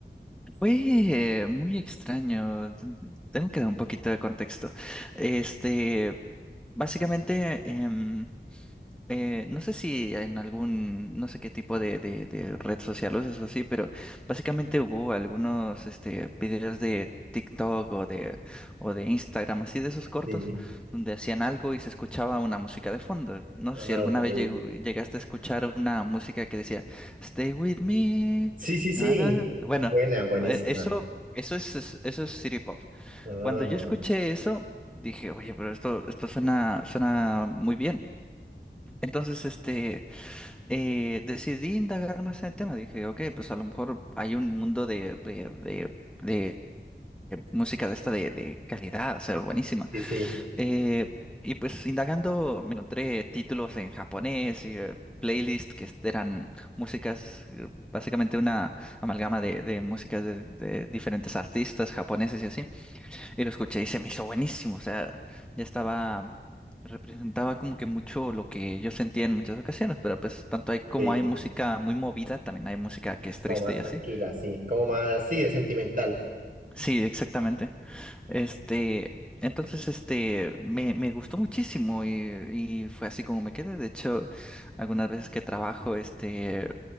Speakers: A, in the centre; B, on the right.
A: fue eh, muy extraño. Ten- Tengo que dar un poquito de contexto. Este, básicamente, em, Eh, no sé si en algún, no sé qué tipo de, de, de red social uses o así, pero básicamente hubo algunos este, videos de TikTok o de, o de Instagram, así de esos cortos,
B: Sí.
A: donde hacían algo y se escuchaba una música de fondo. No
B: Ah,
A: sé si alguna
B: ok.
A: vez llegó- llegaste a escuchar una música que decía, Stay with me.
B: Sí, sí, sí.
A: na, na, na". Bueno,
B: Buena, buenísima.
A: eh, eso, eso es, es- eso es City Pop.
B: Ah,
A: Cuando yo escuché eso, dije, oye, pero esto, esto suena, suena muy bien. Entonces, este, eh, decidí indagar más en el tema. Dije, ok, pues a lo mejor hay un mundo de, de, de, de música de esta de, de calidad, o sea, buenísima.
B: sí, sí.
A: Eh, y pues indagando me encontré títulos en japonés y eh, playlists que eran músicas, eh, básicamente una amalgama de, de músicas de, de diferentes artistas japoneses y así. Y lo escuché y se me hizo buenísimo. O sea, ya estaba, representaba como que mucho lo que yo sentía en muchas ocasiones, pero pues tanto hay como
B: sí.
A: hay música muy movida, también hay música que es triste
B: Como más
A: y
B: tranquila,
A: así.
B: sí. Como más, sí, es sentimental.
A: Sí, exactamente. Este, entonces, este, me, me gustó muchísimo y, y fue así como me quedé. De hecho, algunas veces que trabajo, este,